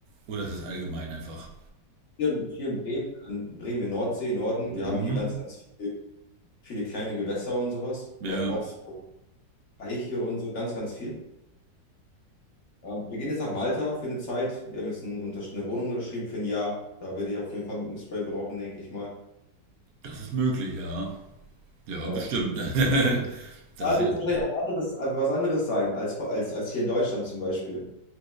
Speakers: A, on the right; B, on the left.
A: Oder ist es allgemein einfach?
B: Hier, hier in Bremen, in Bremen, wir Nordsee, Norden,
A: Mhm.
B: wir haben hier ganz, ganz viel, viele kleine Gewässer und sowas.
A: Ja,
B: Auch, auch so Teiche und so, ganz, ganz viel. Ähm, wir gehen jetzt nach Malta für eine Zeit. Wir haben jetzt ein, Untersch- eine Wohnung unterschrieben für ein Jahr. Da werde ich auf jeden Fall Mückenspray brauchen, denke ich mal.
A: das ist möglich, ja. Ja,
B: Ja.
A: bestimmt. <laughs> Das
B: Da
A: ist
B: wird
A: jetzt,
B: es wahrscheinlich auch anderes, was anderes sein als, als, als hier in Deutschland zum Beispiel.